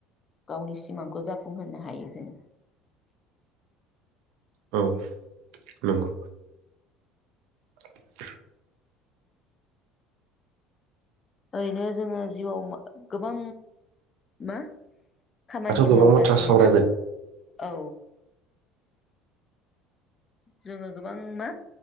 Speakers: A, on the left (about 30°); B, on the right (about 75°).
A: गावनि सिमांखौ जा फुंहोनो हायो जों।
B: औ नंगौ <inaudible>
A: ओरैनो जोङो जिउआव गोबां मा खामानि
B: दाथ' गोबां
A: मावगासिनो
B: बाथ्रा सावरायबाय
A: ना औ जोङो गोबां मा